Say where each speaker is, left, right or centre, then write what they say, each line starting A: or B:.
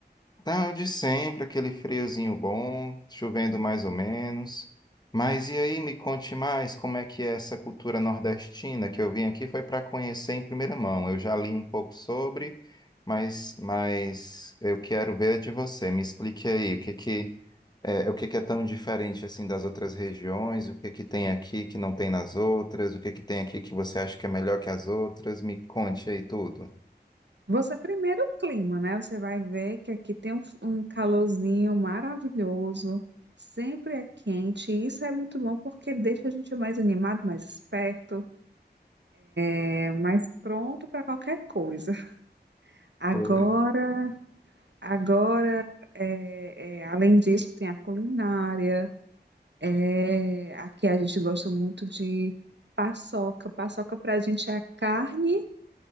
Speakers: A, on the left; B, on the right.
A: Tá de sempre, aquele friozinho bom, chovendo mais ou menos. Mas e aí, me conte mais como é que é essa cultura nordestina que eu vim aqui foi para conhecer em primeira mão. Eu já li um pouco sobre, mas, mas eu quero ver de você. Me explique aí o que que é, o que que é tão diferente assim das outras regiões, o que que tem aqui que não tem nas outras, o que que tem aqui que você acha que é melhor que as outras. Me conte aí tudo.
B: Você primeiro o clima, né? Você vai ver que aqui tem um, um calorzinho maravilhoso. Sempre é quente. E isso é muito bom porque deixa a gente mais animado, mais esperto, é, mais pronto para qualquer coisa. Agora
A: Pois.
B: Agora, é, é, além disso, tem a culinária. É, aqui a gente gosta muito de paçoca. Paçoca para a gente é a carne